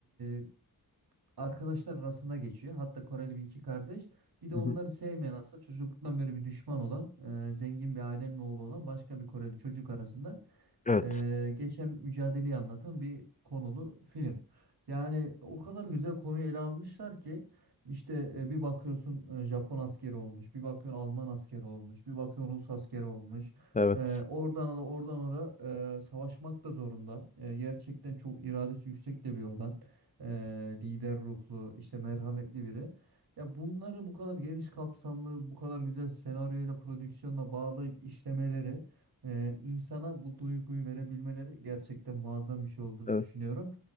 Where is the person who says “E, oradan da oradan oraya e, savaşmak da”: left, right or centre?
Right